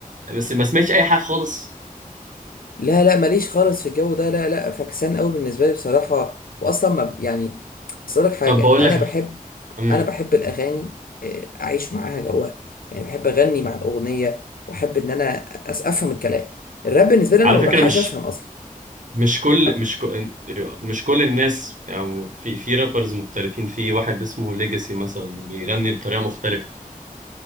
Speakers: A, on the right; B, on the left.
A: بس ما سمعتش اي حاجه خالص
B: لا لا ماليش خالص في الجو ده لا لا فكسان قوي بالنسبه لي بصراحه واصلا ما ب- يعني اصل لك حاجه
A: طب بقول
B: انا
A: لك
B: بحب
A: على امم
B: انا بحب الاغاني آه، اعيش معاها جواها يعني بحب اغني مع الاغنيه واحب ان انا أس- افهم الكلام الراب بالنسبه لي انا
A: على
B: ما
A: فكره
B: بلحقش
A: مش
B: افهم اصلا
A: مش كل
B: طب
A: مش كل مش كل الناس يعني في في رابرز مختلفين في واحد اسمه ليجاسي مثلا بيغني بطريقه مختلفه